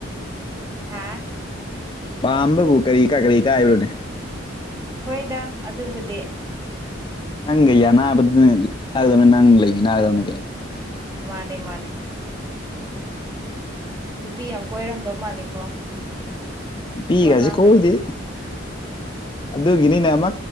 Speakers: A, on the right; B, on the left.
A: ꯍꯥꯥ
B: ꯄꯥꯝꯕꯨ ꯀꯔꯤ ꯀꯥ ꯀꯔꯤ ꯀꯥ ꯍꯥꯏꯕꯦ
A: ꯍꯣꯏꯗ ꯑꯗꯨꯕꯨꯗꯤ
B: ꯅꯪ ꯌꯥꯅꯕꯗꯨꯗ ꯑꯅꯥꯕꯗꯨꯗꯧꯅꯤ ꯅꯪ ꯂꯩ ꯅꯥꯒꯗꯧꯅꯤꯅꯦ ꯀꯩꯅ
A: ꯃꯥꯅꯦ ꯃꯥꯅꯦ ꯅꯨꯄꯤ ꯌꯥꯝ ꯀꯣꯏꯔꯝꯗꯧ ꯃꯥꯜꯂꯦꯀꯣ
B: ꯅꯨꯄꯤ
A: ꯋꯥꯉꯥꯡꯒꯗꯣ
B: ꯍꯧꯖꯤꯛ ꯀꯣꯏꯗꯦ ꯑꯗꯨꯒꯤꯅꯤꯅꯦ ꯑꯃ